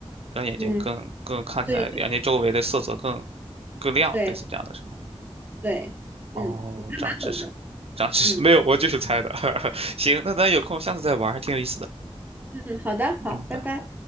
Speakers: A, on the right; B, on the right.
A: 让眼睛更更看起来眼睛周围的色泽更
B: 嗯，对，就
A: 更亮，
B: 对
A: 类似这样的是吗？
B: 对，
A: 哦，
B: 嗯，你还蛮懂的。
A: 长知识，长知识，
B: 嗯
A: 没有，我就是猜的。<laughs> 行，那咱有空下次再玩儿还挺有意思的。
B: 嗯，好的，
A: 嗯，
B: 好，拜拜。
A: 拜。